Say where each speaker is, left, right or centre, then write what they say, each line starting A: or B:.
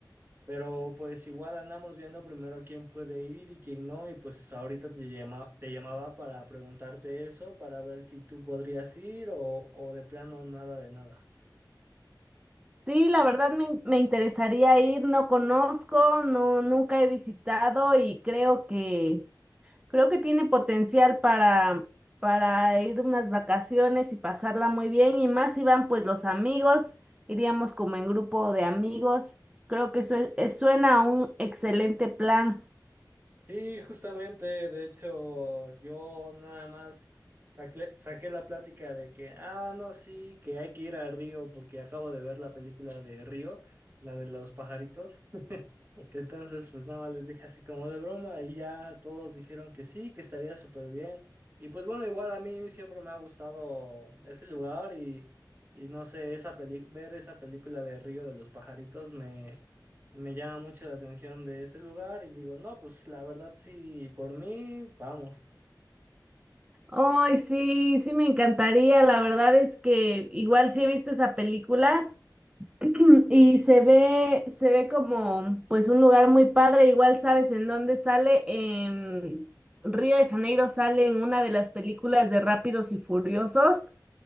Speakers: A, on the right; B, on the right.
A: pero pues igual andamos viendo primero quién puede ir y quién no, y pues ahorita te llama, te llamaba para preguntarte eso, para ver si tú podrías ir o, o de plano nada de nada.
B: Sí, la verdad me, me interesaría ir. No conozco, no, nunca he visitado y creo que, creo que tiene potencial para, para ir unas vacaciones y pasarla muy bien. Y más si van pues los amigos, iríamos como en grupo de amigos. Creo que sue- eh, suena a un excelente plan.
A: Sí, justamente, de hecho, yo nada más saqué, saqué la plática de que, ah, no, sí, que hay que ir al río porque acabo de ver la película de Río, la de los pajaritos. Entonces, pues nada más les dije así como de broma y ya todos dijeron que sí, que estaría súper bien. Y pues bueno, igual a mí siempre me ha gustado ese lugar y, y no sé, esa peli ver esa película de Río de los pajaritos me me llama mucho la atención de ese lugar y digo, no, pues la verdad sí, por mí, vamos.
B: Ay, sí, sí me encantaría. La verdad es que igual sí he visto esa película <clears throat> y se ve, se ve como pues un lugar muy padre. Igual sabes en dónde sale. En Río de Janeiro sale en una de las películas de Rápidos y Furiosos